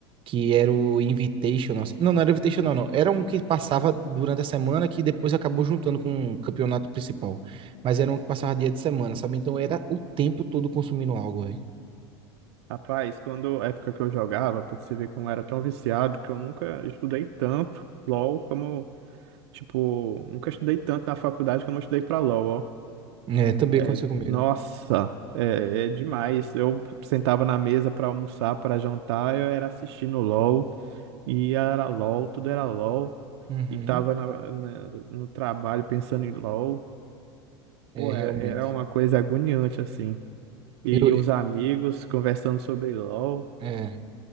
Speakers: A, on the right; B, on the right.
A: que era o Invitational. Não, não era o Invitational, não. Era um que passava durante a semana que depois acabou juntando com o campeonato principal. Mas era um que passava dia de semana, sabe? Então era o tempo todo consumindo algo, velho.
B: Rapaz, quando a época que eu jogava, pra você ver como eu era tão viciado, que eu nunca estudei tanto LoL como, tipo, nunca estudei tanto na faculdade como eu estudei pra LoL, ó.
A: É, também
B: É,
A: aconteceu comigo.
B: nossa, é, é demais. Eu sentava na mesa pra almoçar, pra jantar, eu era assistindo LoL. E era LOL, tudo era LOL.
A: Uhum.
B: E tava na- na- no trabalho pensando em LOL.
A: É,
B: Pô,
A: realmente.
B: era, era uma coisa agoniante, assim. E
A: Eu,
B: os amigos conversando sobre LOL.
A: é,